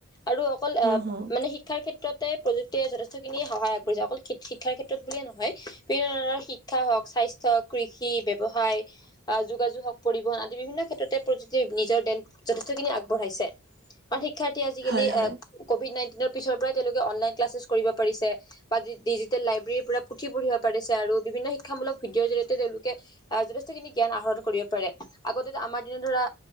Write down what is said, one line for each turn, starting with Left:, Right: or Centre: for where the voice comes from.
Left: আৰু অকল
Right: উম
Left: এ
Right: হম
Left: মানে শিক্ষাৰ ক্ষেত্ৰতে প্ৰযুক্তিয়ে যথেষ্ট খিনি সহায় আগবঢ়াইছে অকল শি শিক্ষাৰ ক্ষেত্ৰত বুলিয়ে নহয় বিভিন্ন ধৰণৰ শিক্ষা হওঁক, স্বাস্থ্য, কৃষি, ব্যৱসায় আহ যোগাযোগ হওঁক পৰিবহন আদি বিভিন্ন ক্ষেত্ৰতে প্ৰযুক্তিয়ে নিজৰ দেন যথেষ্টখিনি আগবঢ়াইছে আৰু শিক্ষাৰ্থী আজিকালি
Right: হয় হয়
Left: কভিড নাইণ্টিনৰ পিছৰ পৰাই তেওঁলোকে অনলাইন ক্লাছ কৰিব পাৰিছে বা ডিজিট লাইব্ৰেৰী পৰা আৰু বিভিন্ন শিক্ষামূলক ভিডিঅৰ জৰিয়তে তেওঁলোকে আহ যথেষ্টখিনি জ্ঞান আহৰণ কৰিব পাৰে আগতে আমাৰ দিনে ধৰা